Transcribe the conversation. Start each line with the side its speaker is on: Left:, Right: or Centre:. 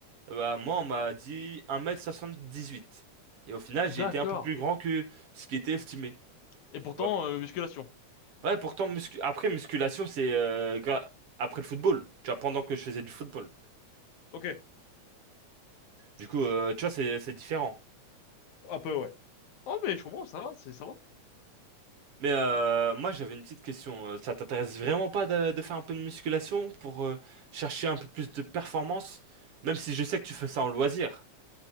Right: Euh, Bah, moi, on m'a dit 1m78. Et au final, j'ai
Left: D'accord.
Right: été un peu plus grand que ce qui était estimé.
Left: Et pourtant,
Right: Tu vois.
Left: euh, musculation.
Right: Ouais, pourtant, muscu... après, musculation, c'est euh, gra- après le football. Tu vois, pendant que je faisais du football.
Left: Ok.
Right: Du coup, euh, tu vois, c'est c'est différent.
Left: Un peu, ouais. Oh, mais je comprends, ça va, c'est, ça va.
Right: Mais euh, moi, j'avais une petite question. Euh, Ça t'intéresse vraiment pas de, de faire un peu de musculation pour euh, chercher un peu plus de performance, même si je sais que tu fais ça en loisir.